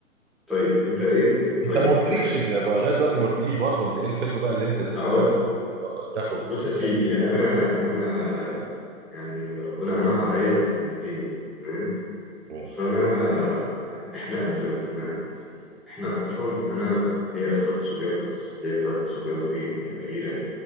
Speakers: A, in the centre; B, on the right.
A: طيب انت ايه إيه- طيب
B: انت ما قلتليش
A: تمام
B: ال- لغايه دلوقتي ما قلتليش برضه انت ايه الفيلم بقى اللي انت تتمنى
A: هقول
B: تط- تاخد
A: بص
B: مكان
A: يا سيدي انا انا يعني ربنا انعم عليا ببنتين تمام
B: مم.
A: فانا احنا قبل ما يعني احنا اصلا انا ليا اخوات صبيان بس ليا ثلاثة صبيان غير يعني غير انا